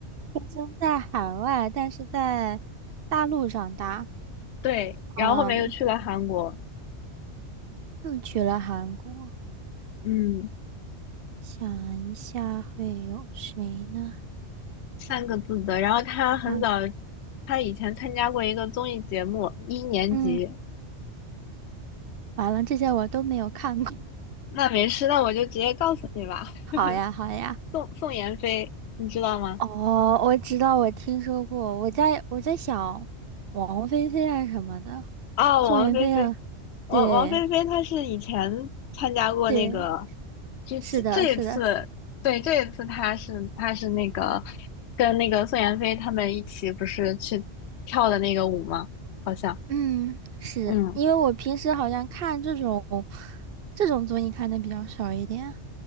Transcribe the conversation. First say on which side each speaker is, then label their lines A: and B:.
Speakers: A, on the right; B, on the left.
A: 出生在海外，但是在大陆长大，
B: 对，然后后面又去了韩国，
A: 嗯，又去了韩国。
B: 嗯。
A: 想一下会有谁呢？
B: 三个字的。然后他很早，
A: 想，
B: 他以前参加过一个综艺节目，一年级。
A: 嗯。完了，这些我都没有看过。<laughs>
B: 那没事，那我就直接告诉你吧。
A: 好呀，
B: <laughs>
A: 好呀。
B: 宋宋妍霏，你知道吗？
A: 哦，我知道，我听说过。我在我在想，王菲菲啊什么的，
B: 啊、王菲菲，
A: 宋妍霏啊，
B: 王王菲菲她是以前参加过那个，
A: 对对，
B: 就这这一次，
A: 是的，是的，
B: 对，这一次她是她是那个跟那个宋妍霏他们一起不是去跳的那个舞吗？好像。
A: 嗯，是因为我平时好像看这种
B: 嗯。
A: 这种综艺看的比较少一点。